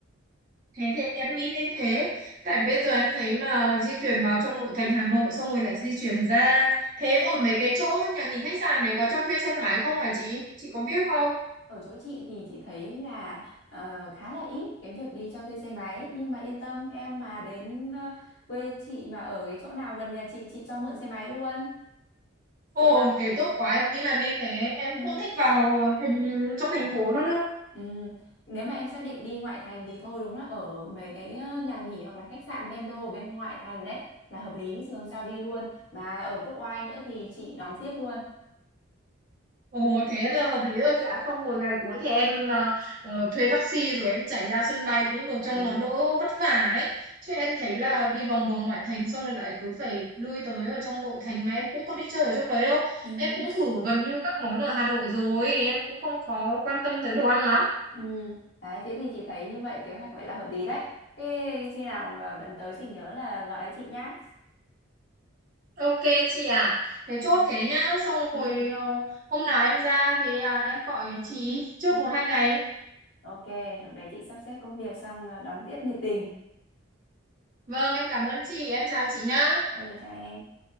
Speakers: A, on the right; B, on the left.
A: thế thì em nghĩ đến thế. Tại bây giờ em thấy mà di chuyển vào trong nội thành Hà Nội xong rồi lại di chuyển ra. Thế ở mấy cái chỗ nhà nghỉ khách sạn để có cho thuê xe máy không hả chị? Chị có biết không?
B: Ở chỗ chị thì chị thấy là ờ, khá là ít cái việc đi cho thuê xe máy nhưng mà yên tâm em mà đến ờ, quê chị mà ở cái chỗ nào gần nhà chị chị cho mượn xe máy luôn
A: Ồ,
B: tiện không?
A: thế tốt quá, em nghĩ là nên thế. Em
B: Ừ.
A: không thích vào thành trong thành phố nữa đâu.
B: Ừ. Nếu mà em xác định đi ngoại thành thì thôi đúng là ở mấy cái ờ, nhà nghỉ hoặc là khách sạn vendo ở bên ngoại thành đấy là hợp lý thì hôm sau đi luôn mà ở Quốc Oai nữa thì chị đón tiếp luôn.
A: Ồ, thế là hợp lý rồi chị ạ. Xong rồi ngày cuối thì em ờ, ờ, thuê taxi rồi em chạy ra sân bay cũng được cho
B: Ừ.
A: nó đỡ vất vả ấy. Chứ em thấy là đi vòng vòng ngoại thành xong rồi lại cứ phải lui tới ở trong nội thành mà em cũng có đi chơi ở trong đấy đâu.
B: Ừ.
A: Em cũng thử gần như các món ở Hà Nội rồi, em cũng không có quan tâm tới đồ ăn lắm.
B: Ừ, đấy, thế thì chị thấy như vậy kế hoạch vậy là hợp lý đấy. Thế khi nào à, gần tới thì nhớ là gọi chị nhá.
A: Ok chị à, thế
B: Ừ,
A: chốt thế nhá. Xong
B: ừ.
A: rồi ờ, hôm nào em ra thì à, em gọi chị trước
B: ừ.
A: một hai ngày
B: ok, lúc đấy chị sắp xếp công việc xong à, đón tiếp nhiệt tình.
A: Vâng, em cảm ơn chị, em chào chị nhá.
B: Ừ, chào em.